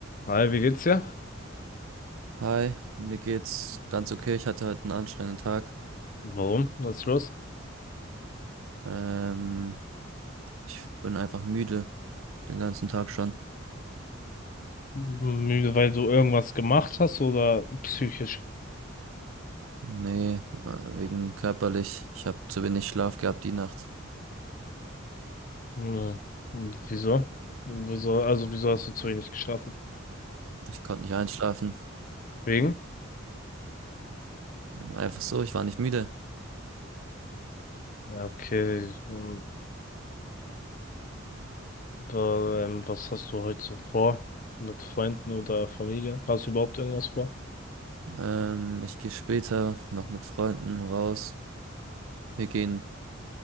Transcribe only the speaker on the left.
Hi, wie geht's dir?
Warum? Was ist los?
Müde, weil du irgendwas gemacht hast oder psychisch?
Hm, wieso? Wieso, also wieso hast du zu wenig geschlafen?
Wegen?
Ja, Okay, und, äh, ähm, was hast du heute so vor? Mit Freunden oder Familie? Hast du überhaupt irgendwas vor?